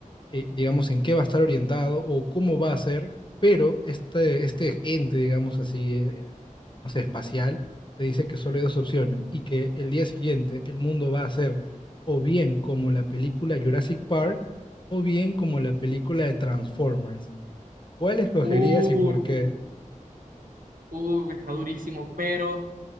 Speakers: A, on the left; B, on the right.
A: eh, digamos, en qué va a estar orientado o cómo va a ser, pero este, este ente, digamos así, eh, no sé, espacial, te dice que solo hay dos opciones y que el día siguiente el mundo va a ser o bien como la película Jurassic Park o bien como la película de Transformers. ¿Cuál escogerías
B: Uh,
A: y por qué?
B: uh, está durísimo, pero